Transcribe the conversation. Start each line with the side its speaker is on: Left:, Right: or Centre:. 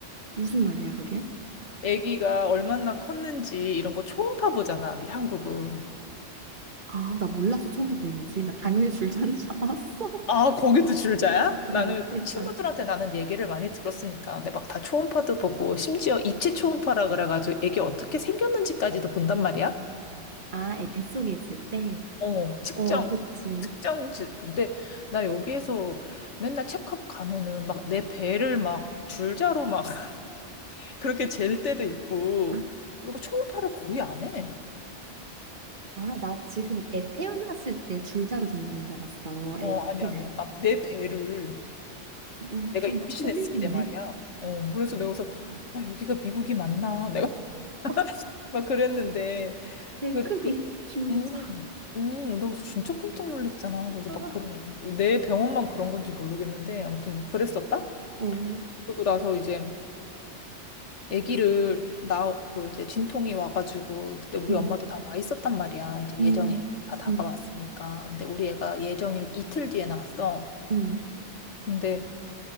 Right: 무슨 말이야, 그게?
Left: 아기가 얼마나 컸는지 이런 거 초음파 보잖아, 미- 한국은.
Right: 아, 나 몰랐어. 처음 보는지. 나 당연히 줄자인 줄 알았어.
Left: 아,
Right: <laughs>
Left: 거기도 줄자야?
Right: 아,
Left: 나는
Right: 나 미치겠다.
Left: 친구들한테 나는 얘기를 많이 들었으니까. 근데 막 다 초음파도 보고, 심지어 입체 초음파라 그래가지고 애기 어떻게 생겼는지까지도 본단 말이야?
Right: 아, 애 뱃속에 있을 때?
Left: 어, 측정.
Right: 어, 그치.
Left: 측정, 지- 근데 나 여기에서 맨날 체크업 가면은 막 내 배를 막 줄자로 막 <laughs> 그렇게 잴 때도 있고,
Right: 아,
Left: 그리고 초음파를 거의 안 해.
Right: 아, 나 지금 애 태어났을 때 줄자로 잰다는 줄 알았어. 애
Left: 어, 아니야,
Right: 크기를.
Left: 아니야. 나, 내 배를
Right: 음,
Left: 내가
Right: 좀
Left: 임신했을
Right: 코믹인데?
Left: 때 말이야. 어, 그래서 내가 그래서, 아, 여기가 미국이 맞나? 내가 <laughs>
Right: 어,
Left: 막 그랬는데,
Right: 애
Left: 그,
Right: 크기,
Left: 그,
Right: <laughs> 줄자.
Left: 음, 음, 나 그래서 진짜 깜짝 놀랐잖아. 그래서
Right: 아.
Left: 막 그런, 내 병원만 그런 건지 모르겠는데, 아무튼 뭐 그랬었다?
Right: 어,
Left: 그리고 나서 이제 아기를 나, 그 이제 진통이 와가지고, 그때 우리
Right: 음,
Left: 엄마도 다 와 있었단 말이야. 이제
Right: 음,
Left: 예정일 다 다가왔으니까.
Right: 음,
Left: 근데 우리 애가 예정일 이틀 뒤에 나왔어.
Right: 음,
Left: 근데